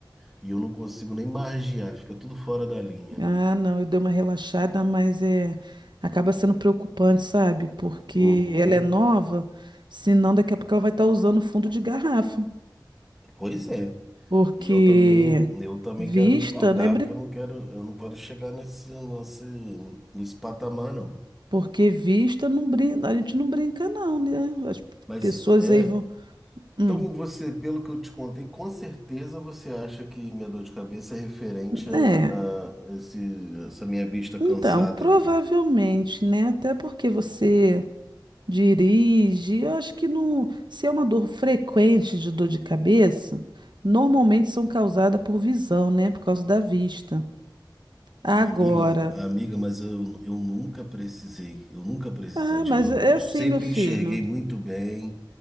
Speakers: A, in the centre; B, on the right.
A: E eu não consigo nem margear, fica tudo fora da linha.
B: Ah, não, eu dei uma relaxada, mas é... acaba sendo preocupante, sabe? Porque
A: Uhum.
B: ela é nova, senão daqui a pouco ela vai estar usando fundo de garrafa.
A: Pois é.
B: Porque
A: E eu também, eu também
B: vista,
A: quero me cuidar,
B: né?
A: porque eu não quero, eu não quero chegar nesse, nesse, nesse patamar, não.
B: Porque vista não brinca, a gente não brinca não, né? As
A: Mas
B: pessoas
A: é.
B: aí vão, hum,
A: Então, você, pelo que eu te contei, com certeza você acha que minha dor de cabeça é referente a,
B: é.
A: a esse- essa minha vista
B: Então,
A: cansada
B: provavelmente,
A: aqui.
B: né? Até porque você dirige, eu acho que no se é uma dor frequente de dor de cabeça, normalmente são causadas por visão, né? Por causa da vista. Agora,
A: né? Amiga, amiga, mas eu, eu nunca precisei, eu nunca precisei
B: ah,
A: de
B: mas
A: óculos.
B: é assim,
A: Sempre
B: meu filho.
A: enxerguei muito bem,